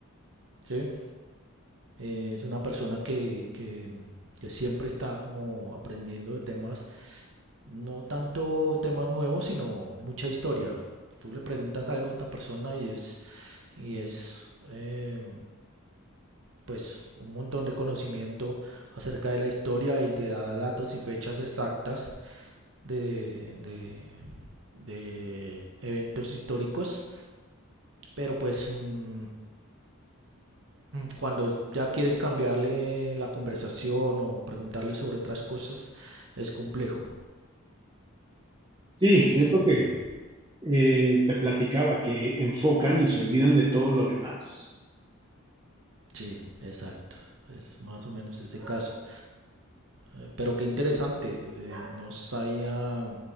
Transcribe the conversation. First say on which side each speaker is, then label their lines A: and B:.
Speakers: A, on the right; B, on the right.
A: ¿sí? Eh, es una persona que, que, que siempre está como aprendiendo de temas, no tanto temas nuevos, sino mucha historia. Tú le preguntas algo a esta persona y es, y es eh, pues un montón de conocimiento acerca de la historia y te da datos y fechas exactas de, de, de eventos históricos pero pues mmm, cuando ya quieres cambiarle la conversación o preguntarle sobre otras cosas, es complejo,
B: Sí,
A: es
B: es
A: complejo.
B: lo que eh, te platicaba, que enfocan y se olvidan de todo lo demás.
A: Sí, exacto. Es más o menos ese caso. Eh, pero qué interesante. eh, no sabía,